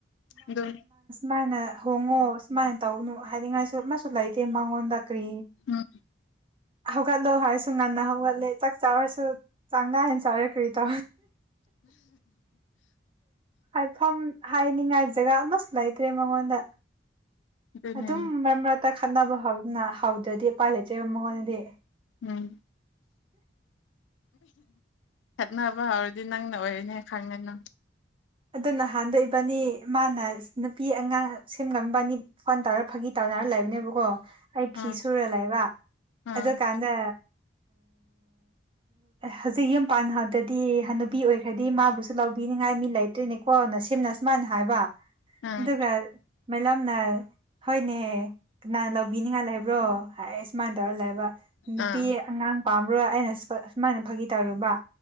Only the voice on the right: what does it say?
ꯃꯥꯏꯅ ꯍꯣꯡꯉꯣ ꯁꯨꯃꯥꯏꯅ ꯇꯧꯅꯨ ꯍꯥꯏꯅꯤꯡꯉꯥꯏꯁꯨ ꯃꯥꯁꯨ ꯂꯩ ꯃꯉꯣꯟꯗꯥꯀꯔꯤ
ꯍꯧꯒꯠꯂꯣ ꯍꯥꯏꯔꯁꯨ ꯉꯟꯅ ꯍꯧꯒꯠꯂꯦ ꯆꯥꯛ ꯆꯥꯔꯁꯨ ꯆꯥꯡ ꯅꯥꯏꯟ ꯆꯔꯦ ꯀꯔꯤ ꯇꯦ ꯍꯥꯏꯐꯝ ꯍꯥꯏꯅꯤꯡꯉꯥꯏ ꯖꯒꯥ ꯑꯃꯁꯨ ꯂꯩꯇ꯭ꯔꯦ ꯃꯉꯣꯟꯗ
ꯑꯗꯨꯝ ꯃꯔꯛ ꯃꯔꯛꯇ ꯈꯟꯅꯅꯕ ꯍꯧꯥꯎꯋꯤ ꯅ ꯍꯧꯗ꯭ꯔꯗꯤ ꯄꯥꯏꯂꯦꯆꯦꯕ ꯃꯉꯣꯟꯗꯗꯤ
ꯑꯗꯨ ꯅꯍꯥꯟꯗꯏꯕꯅꯤ ꯃꯥꯅ ꯅꯨꯄꯤ ꯑꯉꯥꯡ ꯁꯦꯝꯂꯝꯝꯕꯅꯤ ꯐꯟ ꯇꯧꯔ ꯐꯥꯒꯤ ꯇꯧꯅꯔ ꯂꯩꯕꯅꯦꯕꯀꯣ ꯑꯩ ꯐꯤ
ꯁꯨꯔ ꯂꯩꯕ
ꯑꯗꯨꯀꯥꯟꯗ ꯍꯧꯖꯤꯛ ꯌꯨꯝ ꯄꯥꯟꯍꯗꯗꯤ ꯅꯨꯄꯤ ꯑꯣꯏꯈ꯭ꯔꯗꯤ ꯃꯥꯕꯨꯁꯨ ꯂꯧꯕꯤꯅꯤꯡꯉꯥꯏ ꯃꯤ ꯂꯩ ꯑꯗꯨꯣꯏꯅꯤꯀꯣ ꯅ ꯁꯤꯝꯅ ꯁꯨꯃꯥꯏꯅ ꯍꯥꯏꯕ
ꯑꯗꯨꯗ ꯀ ꯃꯦꯗꯥꯝꯅ ꯍꯣꯏꯅꯦ ꯀꯅꯥꯅ ꯂꯧꯕꯤꯅꯤꯡꯉꯥꯏ ꯂꯩꯕ꯭ꯔꯣ ꯍꯥꯏ ꯁꯨꯃꯥꯏꯅ ꯇꯧꯔ ꯂꯩꯕ ꯅꯨꯄꯤ
ꯑꯉꯥꯡ ꯄꯥꯝꯔꯣꯏ ꯑꯩꯅ ꯁꯨꯃꯥꯏꯅ ꯐꯥꯒꯤ ꯇꯧꯔꯨꯕ